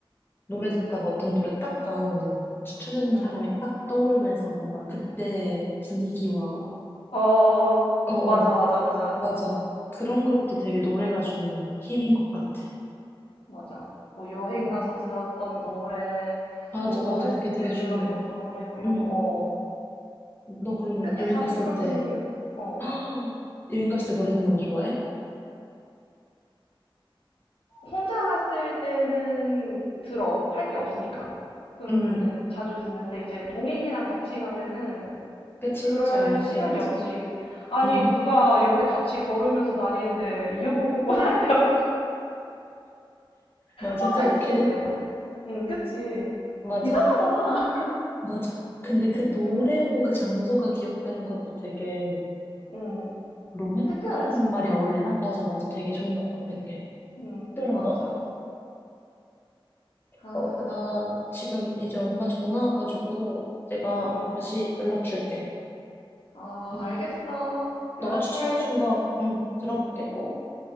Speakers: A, on the left (about 25°); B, on the left (about 85°).
A: 노래 듣다가 어떤 노래 딱 나오면은, 추천해준
B: 응,
A: 사람이 딱 떠오르면서 뭔가 그때 분위기와,
B: 어, 어, 어, 어. 어.
A: 어어,
B: 맞아, 맞아, 맞아,
A: 맞아. 그런 것도 되게 노래가 주는 힘인 것 같아.
B: 맞아. 뭐 여행
A: 음.
B: 가서 들었던 노래,
A: 맞아,
B: 뭐뭐
A: 맞아.
B: 했을
A: 그게 되게
B: 때
A: 중요해.
B: 들었던 노래, 뭐 이런
A: 음.
B: 거, 어.
A: 너 그러면
B: 그때
A: 여행
B: 자주
A: 갔을
B: 들었던
A: 때,
B: 노래, 어.
A: <gasps> 여행 갔을 때 노래 듣는 거 좋아해?
B: 혼자 갔을 때는 들어. 할 게 없으니까. 그러면은
A: 응.
B: 자주 듣는데 이제 동행이랑 같이 가면은
A: 그치?
B: 그럴
A: 잘 안 듣게
B: 시간이
A: 되지.
B: 없지. 아니,
A: 응,
B: 누가 옆에 같이 걸으면서 다니는데 이어폰 꽂고 다니, <laughs>
A: 맞아.
B: 혼자
A: 그렇긴
B: 있을
A: 해.
B: 때만. 응, 그치.
A: 맞아.
B: 이상하잖아. <laughs>
A: 맞아. 근데 그 노래로
B: 응,
A: 그 장소가 기억되는 것도 되게
B: 응.
A: 로맨틱하다라는
B: 특별하지.
A: 말이 어울리나? 맞아, 맞아. 되게 좋은 것 같아, 그게.
B: 응,
A: 특별한
B: 맞아.
A: 것 같아.
B: 아,
A: 어, 나 지금 이제
B: 응,
A: 엄마 전화 와가지고 내가
B: 응, 응.
A: 다시 연락 줄게.
B: 아
A: 응.
B: 알겠어.
A: 너가
B: 연락해.
A: 추천해준 거, 응, 들어볼게, 꼭.